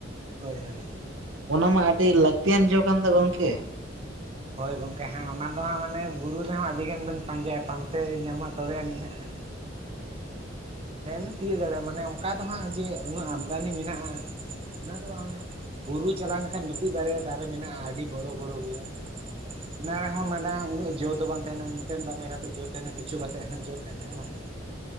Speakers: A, on the right; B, on the right.
A: ᱦᱳᱭ- ᱦᱳᱭ ᱾
B: ᱚᱱᱟ ᱢᱟ ᱟᱹᱰᱤ ᱞᱟᱹᱠᱛᱤᱭᱟᱱ ᱡᱚ ᱠᱟᱱ ᱫᱚ ᱜᱚᱢᱠᱮ?
A: ᱦᱳᱭ ᱜᱚᱝᱠᱮ ᱦᱟᱸᱜ ᱚᱱᱟ ᱫᱚ ᱦᱟᱸᱜ ᱢᱟᱱᱮ ᱵᱩᱨᱩ ᱨᱮᱦᱚᱸ ᱟᱹᱰᱤ ᱜᱟᱱ ᱵᱮᱱ ᱯᱟᱸᱡᱟᱭᱟ ᱯᱟᱱᱛᱮ ᱧᱟᱢᱟ ᱛᱚᱵᱮ ᱟᱹᱱᱤᱡ ᱦᱟᱸᱜ ᱴᱷᱤᱝ ᱻᱻ <unintelligible> ᱮᱫ, ᱾ ᱢᱮᱱ ᱛᱤᱭᱳᱜ ᱫᱟᱲᱮᱜᱼᱟ ᱢᱟᱱᱮ ᱚᱱᱠᱟ ᱫᱚ ᱦᱟᱸᱜ ᱡᱮ ᱩᱱᱟᱹᱜ ᱟᱢᱫᱟᱱᱤ ᱢᱮᱱᱟᱜᱼᱟ ᱩᱱᱟ ᱫᱚ ᱵᱟᱝᱟ ᱚᱱᱮ ᱵᱩᱨᱩ ᱪᱟᱞᱟᱣ ᱞᱮᱱᱠᱷᱟᱱ ᱢᱤᱫᱴᱤᱡ ᱵᱟᱨᱭᱟ ᱫᱟᱨᱮᱹ ᱢᱮᱱᱟᱜᱼᱟ ᱟᱹᱰᱤ ᱵᱚᱲᱚ ᱵᱚᱲᱚ ᱜᱮᱭᱟ ᱾ ᱚᱱᱟ ᱦᱚ ᱢᱮᱱᱟ ᱩᱱᱟᱹᱜ ᱡᱚ ᱫᱚ ᱵᱟᱝ ᱛᱟᱦᱮᱱᱟ ᱢᱤᱫᱴᱮᱱ ᱵᱟᱨᱭᱟ ᱠᱟᱛᱮᱜ ᱡᱚ ᱛᱟᱦᱮᱱᱟ ᱠᱤᱪᱷᱩ ᱠᱟᱛᱮᱜ ᱦᱟᱸᱜ ᱡᱚ ᱛᱟᱦᱮᱱᱟ ᱦᱮᱸ ᱵᱟᱝ ᱾